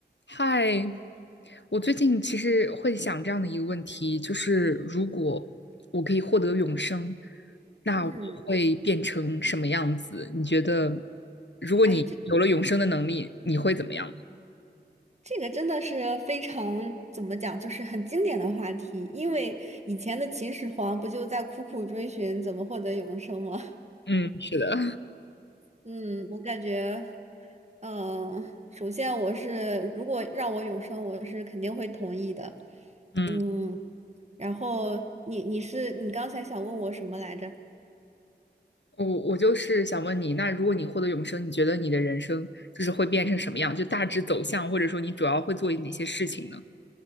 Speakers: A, on the left (about 80°); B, on the right (about 40°).
A: 嗨，我最近其实会想这样的一个问题，就是如果我可以获得永生，那我会变成什么样子？
B: 嗯，
A: 你觉得，如果你有了永生的能力，
B: 哎，这
A: 你会怎么样？
B: 这个真的是非常怎么讲，就是很经典的话题。因为以前的秦始皇不就在苦苦追寻怎么获得永生吗？
A: 嗯，是的，
B: <laughs> 嗯，我感觉，嗯、首先我是如果让我永生，我是肯定会同意的。
A: 嗯，
B: 嗯，然后你你是你刚才想问我什么来着？
A: 我我就是想问你，那如果你获得永生，你觉得你的人生就是会变成什么样？就大致走向，或者说你主要会做哪些事情呢？